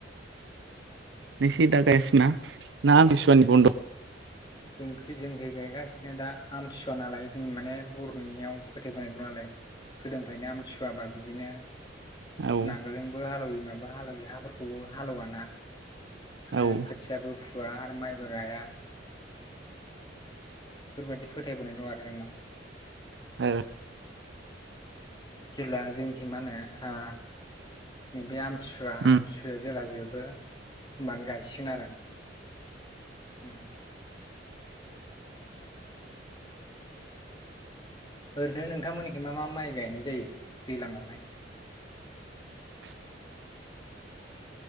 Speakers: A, on the right; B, on the left.
A: निसिदा गायसिना ना आमथिसुवानि बन्द'
B: जोंखि जोंखि गायगासिनो दा आमथिसुवा नालाय जों माने बर'नियाव फो <unintelligible> नालाय गोदोनिफ्रायनो आमथिसुवाबा बिदिनो
A: औ औ
B: नांगोलजोंबो हालौयि मा बा हाल एवयि हाफोरखौ हाल‌ एवाना आरो
A: ओ
B: खोथियाबो फु आ आरो माइबो गाया। बेफोरबादि फोथायबोनाय दं आरो जोंनाव।
A: ओ
B: जेब्ला जोंनिखि मा होनो ओ नैबे आम थि सुवा
A: उम
B: आमथिसुवाया जेला जोब बो होनबानो गायसिगोन आरो उम ओरैनो नोंथांमोननिखि मा मा माइ गायनाय जायो दैलांआवहाय?
A: <inaudible>